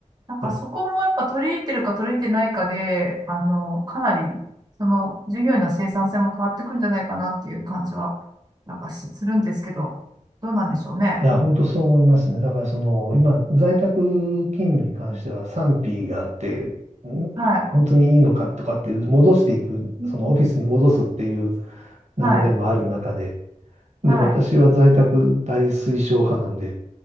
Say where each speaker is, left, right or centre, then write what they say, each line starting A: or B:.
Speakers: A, on the right (about 30°); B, on the right (about 60°).
A: なんかそこもやっぱ取り入れてるか取り入れてないかで、
B: いや、
A: あの、かなり、その、従業員の生産性も変わってくんじゃないかなっていう感じは、なんかし、するんですけど、どうなんでしょうね。
B: いや本当そう思いますね。だからその、今、在宅勤務に関しては賛否があって、ん本当にいいのかとかっていう、
A: はい。
B: 戻していく、
A: うん
B: そのオフィスに戻すっていう流れもある中で、
A: はい。はい。
B: ね、私は在宅大推奨派なんで、